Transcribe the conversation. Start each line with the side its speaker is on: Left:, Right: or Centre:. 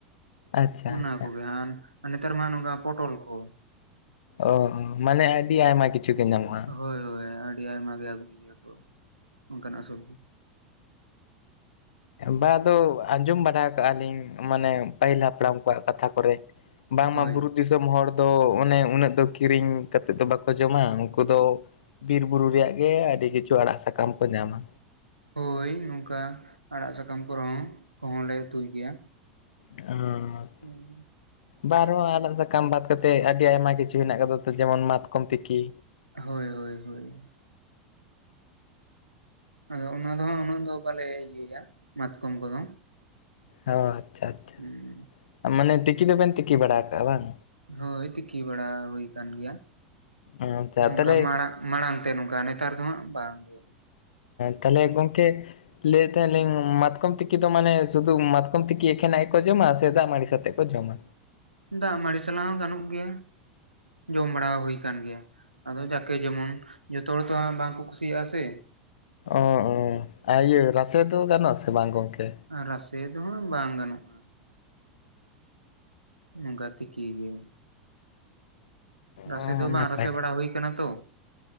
Left: ᱟᱪᱪᱷᱟ
Right: ᱚᱱᱟ
Left: ᱟᱪᱪᱷᱟ
Right: ᱠᱚᱜᱮ ᱟᱨ ᱟᱨ ᱱᱮᱛᱟᱨ ᱢᱟ ᱱᱚᱝᱠᱟ ᱯᱚᱴᱚᱞ ᱠᱚ᱾
Left: ᱚ ᱢᱟᱱᱮ ᱟᱹᱰᱤ ᱟᱭᱢᱟ ᱠᱤᱪᱷᱩ ᱜᱮ ᱧᱟᱢᱚᱜᱼᱟ᱾
Right: ᱦᱳᱭ ᱦᱳᱭ ᱟᱹᱰᱤ ᱟᱭᱢᱟ ᱜᱮ ᱟᱹᱜᱩᱭ ᱜᱮᱭᱟ ᱠᱚ, ᱚᱱᱠᱟᱱᱟᱜ ᱥᱚᱵᱡᱤ
Left: ᱵᱟ ᱟᱫᱚ ᱟᱸᱡᱚᱢ ᱵᱟᱲᱟ ᱠᱟᱜᱼᱟ ᱞᱤᱧ ᱢᱟᱱᱮ ᱯᱟᱹᱦᱤᱞ ᱦᱟᱯᱲᱟᱢ ᱠᱚᱣᱟᱜ ᱠᱟᱛᱷᱟ ᱠᱚᱨᱮ᱾ ᱵᱟᱝᱢᱟ
Right: ᱦᱳᱭ
Left: ᱵᱩᱨᱩ ᱫᱤᱥᱚᱢ ᱦᱚᱲ ᱫᱚ ᱚᱱᱮ ᱩᱱᱟᱹᱜ ᱫᱚ ᱠᱤᱨᱤᱧ ᱠᱟᱛᱮᱮᱫ ᱫᱚ ᱵᱟᱠᱚ ᱡᱚᱢᱟ ᱾ ᱩᱱᱠᱩ ᱫᱚ ᱵᱤᱨ ᱵᱩᱨᱩ ᱨᱮᱭᱟᱜ ᱜᱮ ᱟᱹᱰᱤ ᱠᱤᱪᱷᱩ ᱟᱲᱟᱜ ᱥᱟᱠᱟᱢ ᱠᱚ ᱧᱟᱢᱟ᱾
Right: ᱦᱳᱭ ᱱᱚᱝᱠᱟ ᱟᱲᱟᱜ ᱥᱟᱠᱟᱢ ᱠᱚᱨᱮᱦᱚᱸ ᱠᱚᱦᱚᱸ ᱞᱮ ᱩᱛᱩᱭ ᱜᱮᱭᱟ᱾
Left: ᱚ
Right: ᱦᱮᱸ
Left: ᱵᱟᱨ ᱨᱮᱦᱚ ᱟᱲᱟᱜ ᱥᱟᱠᱟᱢ ᱵᱟᱫ ᱠᱟᱛᱮᱮᱫ ᱟᱹᱰᱤ ᱟᱭᱢᱟ ᱠᱤᱪᱷᱩ ᱦᱮᱱᱟᱜ ᱟᱠᱟᱫᱟ ᱾ ᱡᱮᱢᱚᱱ ᱢᱟᱛᱠᱚᱢ ᱛᱤᱠᱤ
Right: ᱦᱳᱭ ᱦᱳᱭ ᱦᱳᱭ ᱟᱫᱚ ᱚᱱᱟ ᱫᱚᱦᱟᱸᱜ ᱩᱱᱟᱹᱜ ᱫᱚ ᱵᱟᱞᱮ ᱤᱭᱟᱹᱭᱟ ᱢᱟᱛᱠᱚᱢ ᱠᱚᱫᱚ
Left: ᱦᱚ ᱟᱪᱪᱷᱟ ᱟᱪᱪᱷᱟ
Right: ᱩᱸ
Left: ᱢᱟᱱᱮ ᱛᱤᱠᱤ ᱫᱚᱵᱮᱱ ᱛᱤᱠᱤ ᱵᱟᱲᱟᱜᱼᱟ ᱵᱟᱝ
Right: ᱦᱳᱭ ᱛᱤᱠᱤ ᱵᱟᱲᱟ ᱦᱩᱭ ᱟᱠᱟᱱ ᱜᱮᱭᱟ
Left: ᱟᱪᱪᱷᱟ
Right: ᱱᱚᱝᱠᱟ
Left: ᱛᱟᱦᱚᱞᱮ
Right: ᱢᱟᱲᱟᱜ ᱼᱼ ᱢᱟᱲᱟᱝ ᱛᱮ ᱱᱚᱝᱠᱟ ᱱᱮᱛᱟᱨ ᱫᱚ ᱦᱟᱸᱜ ᱵᱟᱝ ᱜᱮ
Left: ᱛᱟᱦᱚᱞᱮ ᱜᱚᱝᱠᱮ ᱞᱟᱹᱭᱮᱫ ᱛᱟᱦᱮᱱᱤᱧ ᱢᱟᱛᱠᱚᱢ ᱛᱤᱠᱤ ᱫᱚ ᱢᱟᱱᱮ ᱥᱩᱫᱩ ᱢᱟᱛᱠᱚᱢ ᱛᱤᱠᱤ ᱮᱠᱷᱮᱱᱟᱜ ᱜᱮᱠᱚ ᱡᱚᱢᱟ, ᱥᱮ ᱫᱟᱜ ᱢᱟᱹᱲᱤ ᱥᱟᱛᱮᱜ ᱠᱚ ᱡᱚᱢᱟ?
Right: ᱫᱟᱜ ᱢᱟᱹᱲᱤ ᱥᱟᱞᱟᱜ ᱦᱚᱸ ᱜᱟᱱᱚᱜ ᱜᱮᱭᱟ ᱡᱚᱢ ᱵᱟᱲᱟ ᱦᱩᱭ ᱟᱠᱟᱱ ᱜᱮᱭᱟ᱾ ᱟᱫᱚ ᱡᱟᱠᱮ ᱡᱮᱢᱚᱱ ᱡᱚᱛᱚ ᱦᱚᱲ ᱛᱚ ᱦᱟᱸᱜ ᱵᱟᱠᱚ ᱠᱩᱥᱤᱭᱟᱜᱼᱟ ᱥᱮ᱾
Left: ᱚ ᱚ ᱟᱨ ᱤᱭᱟᱹ ᱨᱟᱥᱮ ᱫᱚ ᱜᱟᱱᱚᱜ ᱟᱥᱮ ᱵᱟᱝ ᱜᱚᱝᱠᱮ?
Right: ᱨᱟᱥᱮ ᱫᱚ ᱦᱟᱸᱜ ᱵᱟᱝ ᱜᱟᱱᱚᱜᱼᱟ᱾ ᱚᱱᱠᱟ ᱛᱤᱠᱤ ᱜᱮ᱾ ᱨᱟᱥᱮ
Left: ᱚ
Right: ᱫᱚ ᱵᱟᱝ
Left: ᱱᱟᱯᱟᱭ
Right: ᱨᱟᱥᱮ ᱵᱟᱲᱟ ᱦᱩᱭ ᱠᱟᱱᱟ ᱛᱚ᱾